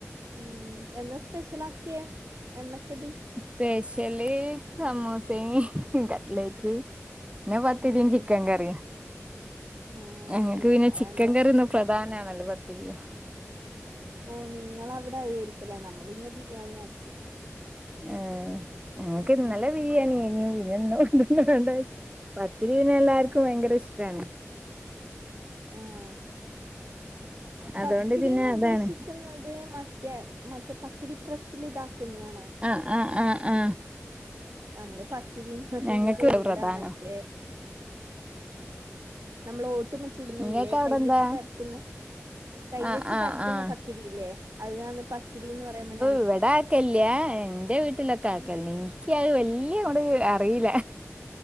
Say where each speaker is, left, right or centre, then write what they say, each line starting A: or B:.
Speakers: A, on the right (about 75°); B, on the right (about 25°).
A: ഉം എന്നാ സ്പെഷ്യൽ ആക്കിയേ എണ്ണക്കടി
B: സ്പെഷ്യല് സമോസയും കട്ലേറ്റ് പിന്നെ പത്തിരീം
A: ഉം
B: ചിക്കൻ കറിയും
A: ആ
B: ഞങ്ങക്ക്
A: പിന്നെന്നാ
B: പിന്നെ ചിക്കൻ
A: വേണ്ടേ
B: കറിന്നും പ്രധാനമാണല്ലോ പത്തിരിയും
A: ഓ നിങ്ങളവിടെയിരിക്കല്ലേ നമ്മൾ ഇന്ന് ബിരിയാണി ആക്കി
B: ആ ഞങ്ങൾക്ക് ഇന്നല്ലെ
A: ഉം
B: ബിരിയാണി അയിനു പിന്നെ ഇന്നു ണ്ട പത്തിരിപിന്നെ എല്ലാർക്കും ഭയങ്കര ഇഷ്ടമാണ്
A: ആഹ
B: അതുകൊണ്ട്
A: പത്തിരിന്ന്
B: പിന്നെ
A: ഉദ്ദേശിക്കുന്നത്
B: അതാണ്
A: മറ്റേ മറ്റേ പത്തിരി പ്രസിൽ ഇതാക്കുന്നതാണോ
B: ആ ആ ആ ആ
A: നമ്മള് പത്തിരിന്ന് പറയുന്നത്
B: ഞങ്ങക്ക്
A: ഇവിടാ
B: പ്രധാനം
A: മറ്റേ നമ്മൾ ഓട്ട്മ്മെ ചുടുന്നഇല്ലേ
B: ഇങ്ങക്ക് അവിടെന്താ
A: കൈ വെച്ച് പരത്തുന്ന കൈവെച്ച്
B: ആഹ് ആഹ്
A: പരത്തുന്ന
B: ആഹ്
A: പത്തിരിയില്ലേ അതന്ന് പത്തിരി എന്ന് പറയുമെ
B: ഇവിട ആക്കല്ലയാ എന്റെ വീട്ട റ്റക്കെ ആക്ക നിനിക്ക അത് വല്ിയ കൂടെ അറിയില്ല